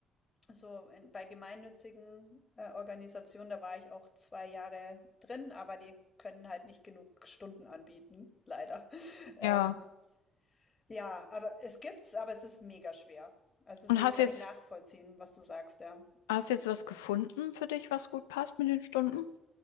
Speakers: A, on the left (about 35°); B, on the left (about 80°).
A: So, in, bei gemeinnützigen äh, Organisationen, da war ich auch zwei Jahre drin, aber die können halt nicht genug Stunden anbieten, leider. <laughs>
B: Ja.
A: Ähm, ja, aber es gibt's, aber es ist mega schwer. Also deswegen
B: Und hast
A: kann
B: jetzt,
A: ich nachvollziehen, was du sagst, ja.
B: hast jetzt was gefunden für dich, was gut passt mit den Stunden?